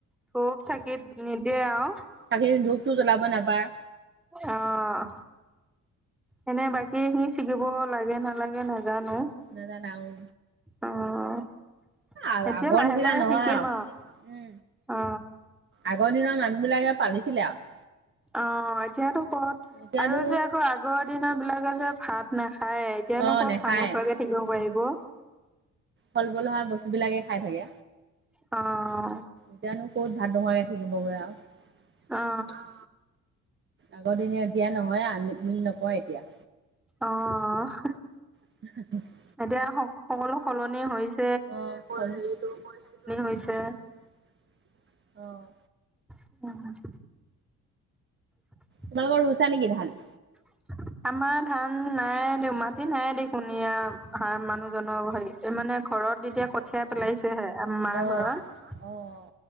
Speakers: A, in the centre; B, on the right.
A: ধূপ চাকিত নিদিয়ে আৰু।
B: খালি ধূপতো জ্বলাব নাপায়।
A: অ'- এনে বাকীখিনি চিঙিব লাগে নালাগে নাজানো।
B: নাজানা আৰু?
A: অ'
B: আগ
A: এতিয়া
B: আগৰ
A: লাহে
B: নিচিনা
A: লাহে
B: নহয়
A: শিকিম
B: আৰু।
A: আও অ
B: আগৰ দিনৰ মানুহ বিলাকে পালিছিলে আৰু।
A: অ' এতিয়াতো কৰত
B: এতিয়াতো
A: আৰু যে আকৌ আগৰ দিনৰ বিলাকে যে ভাত নাখায়, এতিয়ানো
B: অ
A: ক'ত
B: নাখায়
A: ভাত নোখোৱাকে থাকিব পাৰি-
B: উম
A: ব।
B: ফল মূল হোৱা বস্তু বিলাকে খাই থাকে।
A: অঁ'
B: এতিয়ানো ক'ত ভাত নোখোৱাকে থাকিবগৈ আৰু,
A: অ
B: অঁ'। আগৰ দিন এতিয়া নহয়, আ মিল নপৱে এতিয়া।
A: অঁ'
B: <unintelligible>
A: এতিয়া স সকলো সলনি হৈছ-
B: হেৰিটো পৰিস্থিতিও সলনি
A: হৈছে
B: হৈছে। অঁ'-
A: উম উম'। <inaudible>
B: তোমালোকৰ ৰুইছা নেকি ধান?
A: <inaudible> আমাৰ ধান নাই দি মাটি নাইয়ে দেখোন এয়া মানুহজনৰ ঘৰিত। এই মানে ঘৰত এতিয়া কঠিয়া পেলাইছেহে, আ মা
B: অ',
A: ঘৰত।
B: অ',